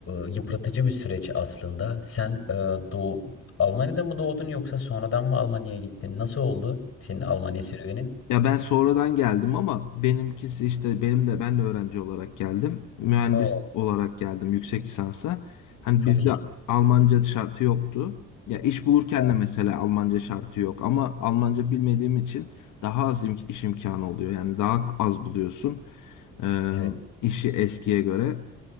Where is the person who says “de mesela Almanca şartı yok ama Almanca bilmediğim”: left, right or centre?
Left